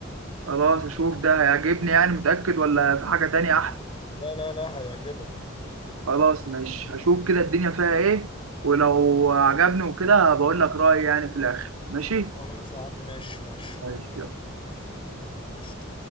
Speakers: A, on the right; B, on the left.
A: خلاص اشوف ده هيعجبني يعني متاكد ولا في حاجه تانية احلى
B: لا لا لا هيعجبك
A: خلاص ماشي هشوف كده الدنيا فيها ايه ولو عجبني وكده بقول لك رايي يعني في الاخر ماشي
B: خلاص يا عم ماشي ماشي
A: ماشي يلا.
B: قشطة